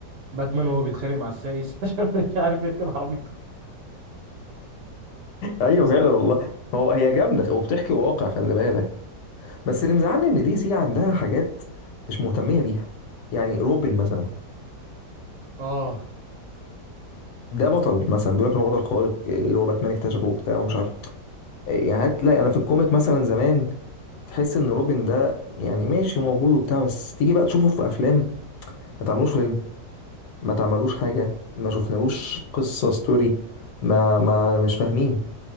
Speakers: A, on the right; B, on the left.
A: باتمان وهو بيتخانق مع السايس <laughs> عشان مش عارف يركن عربيته
B: <laughs> ايوه فعلا والله هو هي جامده وبتحكي واقع خلي بالك بس اللي مزعلني ان دي سي عندها حاجات مش مهتميه بيها يعني
A: ز-
B: روبن مثلا
A: اه
B: ده بطل مثلا بيقول لك ان هو بطل خارق اللي هو باتمان اكتشفه وبتاع ومش عارف يعني هتلاقي انا في الكوميك مثلا زمان تحس ان روبن ده يعني ماشي موجود وبتاع بس تيجي بقى تشوفه في افلام ما تعملوش فيلم ما تعملوش حاجة ما شفنالوش قصة ستوري ما ما مش فاهمين